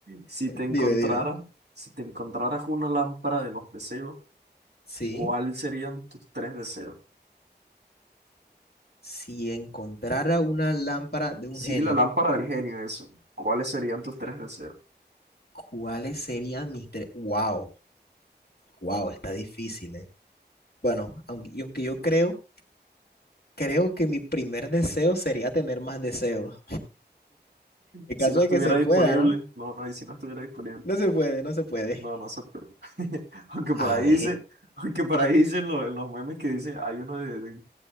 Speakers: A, on the right; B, on the left.
A: Si te encontrara,
B: dime, dime.
A: si te encontraras una lámpara de los deseos,
B: Sí,
A: ¿cuáles serían tus tres deseos?
B: si encontrara una lámpara de un
A: Sí,
B: genio.
A: la lámpara del genio, eso. ¿Cuáles serían tus tres deseos?
B: ¿Cuáles serían mis tres? Wow, wow, está difícil, ¿eh? Bueno, aunque yo, que yo creo, creo que mi primer deseo sería tener más deseos. En
A: Y
B: caso
A: si no estuviera
B: de que se
A: disponible,
B: pueda, ¿no?
A: no, no, y si no estuviera disponible.
B: No se puede, no se puede.
A: No, no sé pero <laughs> Aunque por
B: A
A: ahí
B: ver,
A: dice, aunque por ahí dicen lo- en los memes que dice, hay uno de, de-